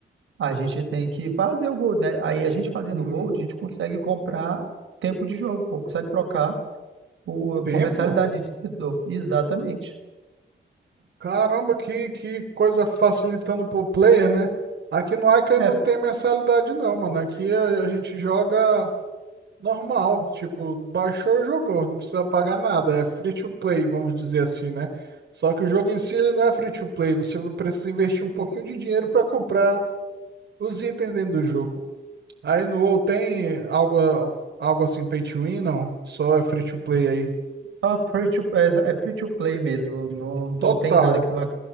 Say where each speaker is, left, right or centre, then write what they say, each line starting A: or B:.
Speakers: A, on the right (about 85°); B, on the right (about 60°).
A: a gente tem que fazer o gold, né? Aí a gente fazendo
B: Uhum.
A: o gold, a gente consegue comprar tempo de jogo, pô, consegue trocar Por,
B: Tempo?
A: por mensalidade, diretor. Exatamente.
B: Caramba, que, que coisa facilitando pro player, né? Aqui no Ica
A: É,
B: não tem mensalidade, não, mano. Aqui a, a gente joga. Normal, tipo, baixou, jogou, não precisa pagar nada, é free to play, vamos dizer assim, né? Só que o jogo em si ele não é free to play, você precisa investir um pouquinho de dinheiro para comprar os itens dentro do jogo. Aí no WoW tem algo, algo assim pay to win, não? Só é free to play aí.
A: só free to, é, é free to play mesmo. Não, não
B: Total.
A: tem nada que tu vai.